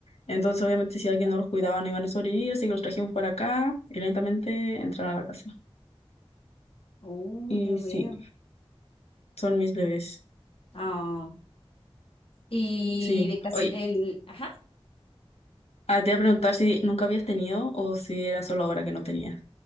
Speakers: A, on the left; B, on the left.
A: Entonces, obviamente, si alguien no los cuidaba, no iban a sobrevivir, así que los trajimos para acá y lentamente entraron a la casa.
B: Oh,
A: Y
B: ya veo.
A: sí, son mis bebés.
B: Ah, y
A: Sí.
B: de caso,
A: Oye,
B: el, ajá,
A: ah, te iba a preguntar si nunca habías tenido o si era solo ahora que no tenías